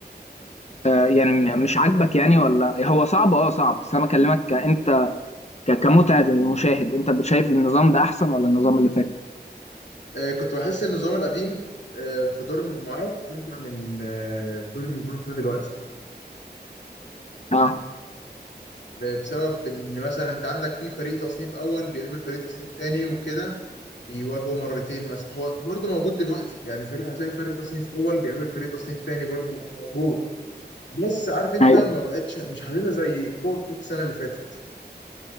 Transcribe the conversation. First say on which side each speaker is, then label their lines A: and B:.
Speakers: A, on the left; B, on the left.
A: آه يعني م- مش عاجبك يعني ولا هو صعب اه صعب بس انا بكلمك ك- انت ك- كمتعه للمشاهد انت شايف النظام ده احسن ولا النظام اللي فات
B: آه، كنت بحس ان النظام القديم آه، في دور المجموعات امتع من آه، دور المجموعات بتاع دلوقتي
A: اه
B: آه، بسبب ان مثلا انت عندك في فريق تصنيف اول بيقابل فريق تصنيف تاني وكده بيواجهوا مرتين مثلا هو برضه موجود دلوقتي يعني فريق هتلاقي فريق تصنيف اول بيقابل فريق تصنيف تاني برضه موجود بس عارف انت
A: عادي
B: ما بقتش مش حاسسها زي القوه بتاعت السنه اللي فاتت